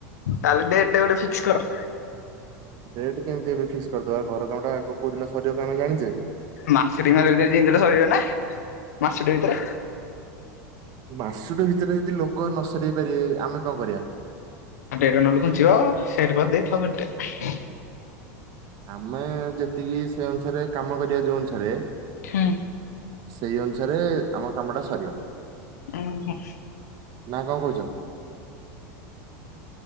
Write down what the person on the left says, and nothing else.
ତାହେଲେ ଡେଟା ଗୋଟେ ଫିକ୍ସ କର।
ମାସଟି ର ଜିମିତି ହେଲେ ସରିବ ନା ମାସଟି ଭିତରେ?
ଡେଟ୍ ନହେଲେ ଘୁଞ୍ଚିବ। <unintelligible>
ହୁଁ
ଉଁ ହୁଁ।